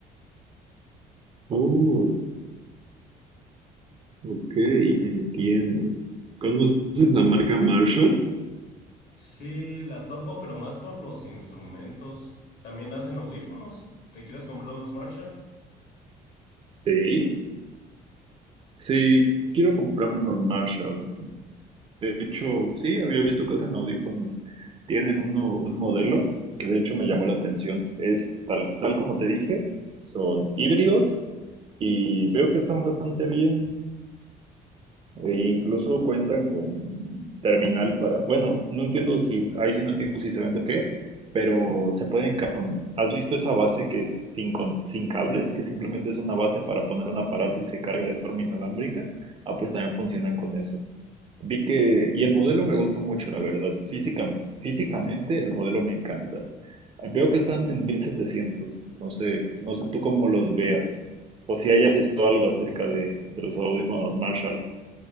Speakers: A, on the right; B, on the left.
A: Oh, ok, entiendo. ¿Conoces la marca Marshall?
B: Sí, la topo, pero más por los instrumentos. También hacen audífonos. ¿Te quieres comprar unos Marshall?
A: Sí, sí, quiero comprarme unos Marshall. De hecho, sí, había visto que hacen audífonos. Tienen uno, un modelo que de hecho me llamó la atención. Es tal, tal como te dije, son híbridos y veo que están bastante bien. E incluso cuentan con terminal para, bueno, no entiendo si, ahí sí no entiendo si se vende o qué, pero se pueden, ca- con- ¿has visto esa base que es sin, con- sin cables, que simplemente es una base para poner un aparato y se carga de forma inalámbrica? Ah, pues también funcionan con eso. Vi que, y el modelo me gustó mucho, la verdad. Física, físicamente el modelo me encanta. Veo que están en mil setecientos no sé, no sé tú cómo los veas, o si hayas visto algo acerca de, de los audífonos Marshall.